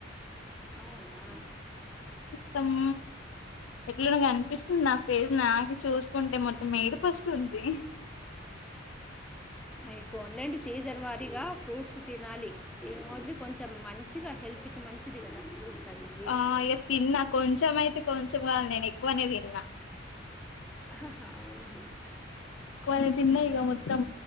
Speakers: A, in the centre; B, on the left (about 85°).
A: అవునా
B: ఇత్తమ్ ఎట్లనో అనిపిస్తుంది నాకు ఫేజ్ నాకు చూసుకుంటే మొత్తం ఏడుపు వస్తుంది
A: అయి పోన్లెండి సీజన్ వారీగా ఫ్రూట్స్ తినాలి ఏమవుద్ది కొంచెం మంచిగా హెల్ హెల్త్ కి మంచిది కదా ఫ్రూట్స్ అవి ఇవి
B: ఆ అయ్య తిన్నా కొంచెమయితే కొంచెం <inaudible> నేను ఎక్కువనే తిన్నా
A: ఆహా, అవునా
B: ఎక్కువనే తిన్నాయిగా
A: మ్మ్.
B: మొత్తం